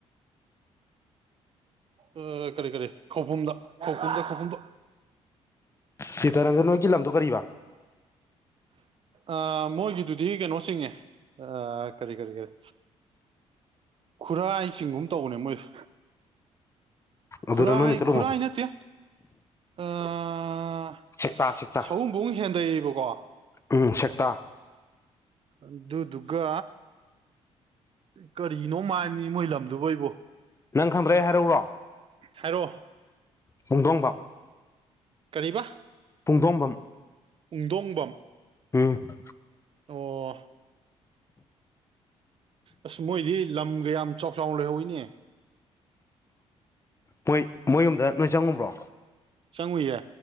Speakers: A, on the right; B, on the left.
A: ꯑ ꯀꯔꯤ ꯀꯔꯤ ꯈꯧꯄꯨꯝꯗ ꯈꯧꯄꯨꯝꯗ ꯈꯧꯄꯨꯝꯗ
B: ꯁꯤꯇꯥꯔꯟꯖꯟ ꯍꯣꯏꯒꯤ ꯂꯝꯗꯣ ꯀꯔꯤꯕꯥ
A: ꯑꯥ ꯃꯣꯏꯒꯤꯗꯨꯗꯤ ꯀꯩꯅꯣ ꯆꯤꯡꯉꯦ ꯑꯥ ꯀꯔꯤ ꯀꯔꯤ ꯀꯔꯤ ꯈꯨꯔꯥꯏ ꯆꯤꯡꯒꯨꯝ ꯇꯧꯕꯅꯦ ꯃꯣꯏꯗꯨ
B: ꯑꯗꯨꯗ
A: ꯈꯨꯔꯥꯏ
B: ꯅꯣꯏꯅ ꯆꯠꯂꯨꯃꯣ
A: ꯈꯨꯔꯥꯏ ꯅꯠꯇꯦ ꯑꯥ
B: ꯁꯦꯛꯇꯥ ꯁꯦꯛꯇꯥ
A: ꯁꯥꯋꯨꯝꯕꯨꯡ ꯍꯦꯟꯗꯩꯌꯦꯕꯀꯣ
B: ꯎꯝ ꯁꯦꯛꯇ
A: ꯑꯗꯨꯗꯨꯒ ꯀꯔꯤꯅꯣꯝ ꯍꯥꯏꯕꯅꯤ ꯃꯣꯏ ꯂꯝꯗꯨꯕꯣ ꯑꯩꯕꯣ
B: ꯅꯪ ꯈꯪꯗ꯭ꯔꯦ ꯑꯩ ꯍꯥꯏꯔꯛꯎꯔꯣ
A: ꯍꯥꯏꯔꯛꯑꯣ
B: ꯄꯨꯡꯗꯣꯡꯕꯝ
A: ꯀꯔꯤ ꯕꯥ
B: ꯄꯨꯡꯗꯣꯝꯕꯝ
A: ꯄꯨꯡꯗꯣꯡꯕꯝ
B: ꯎꯝ
A: ꯑꯣ ꯑꯁ ꯃꯣꯏꯗꯤ ꯂꯝꯒ ꯌꯥꯝ ꯆꯥꯎ ꯆꯥꯎꯅ ꯂꯩꯍꯧꯏꯅꯦ
B: ꯃꯣꯏ ꯃꯣꯏ ꯌꯨꯝꯗ ꯅꯣꯏ ꯆꯪꯉꯨꯕ꯭ꯔꯣ
A: ꯆꯪꯉꯨꯏꯌꯦ